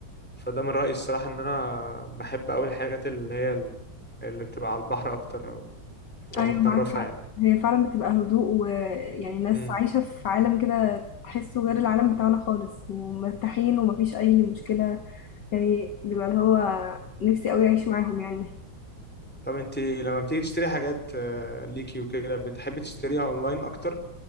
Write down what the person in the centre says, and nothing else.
فده من رأيي الصراحة ان انا بحب قوي الحاجات اللي هي ال- اللي بتبقى على البحر اكتر او بتبقى
متطرفة
يعني
مم.
طب انت لما بتيجي تشتري حاجات آه، ليكي وكده بتحبي تشتريها اونلاين اكتر